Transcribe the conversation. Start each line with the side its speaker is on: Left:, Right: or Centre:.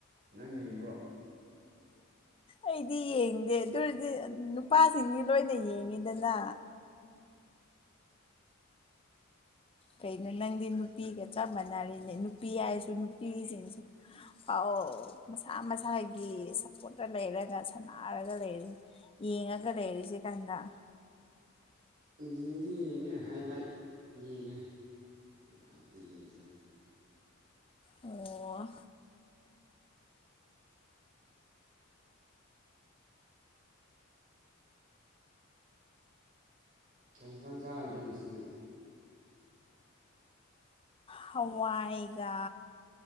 Right: ꯅꯪ ꯌꯦꯡꯕ꯭ꯔꯣ
Left: ꯑꯩꯗꯤ ꯌꯦꯡꯗꯦ ꯑꯗꯨꯔꯗꯤ ꯅꯨꯄꯥꯁꯤꯡꯗꯤ ꯂꯣꯏꯅ ꯌꯦꯡꯉꯤꯗꯅ ꯀꯩꯅꯣ ꯅꯪꯗꯤ ꯅꯨꯄꯤꯒ ꯆꯞ ꯃꯥꯟꯅꯔꯦꯅꯦ ꯅꯨꯄꯤ ꯍꯥꯏꯔꯁꯨ ꯅꯨꯄꯤꯁꯤꯡꯁꯦ ꯐꯥꯎ ꯃꯁꯥ ꯃꯁꯥꯒꯤ ꯁꯞꯄꯣꯔꯠꯇ ꯂꯩꯔꯒ ꯁꯥꯟꯅꯔꯒ ꯂꯩꯔ ꯌꯦꯡꯉꯒ ꯂꯩꯔꯤꯁꯦ ꯀꯥꯟꯗ
Right: ꯌꯦꯡꯗꯤ ꯌꯦꯡꯉꯦ ꯍꯥꯏꯂꯥꯏꯠ ꯌꯦꯡꯉꯦ ꯂꯥꯢꯠꯇꯤ ꯌꯦꯡꯗ꯭ꯔꯦꯗ ꯍꯥ
Left: ꯑꯣ
Right: ꯀꯩ ꯌꯦꯟꯁꯥꯡ ꯆꯥꯔꯒꯦ ꯉꯁꯤꯗꯤ
Left: ꯍꯋꯥꯏꯒ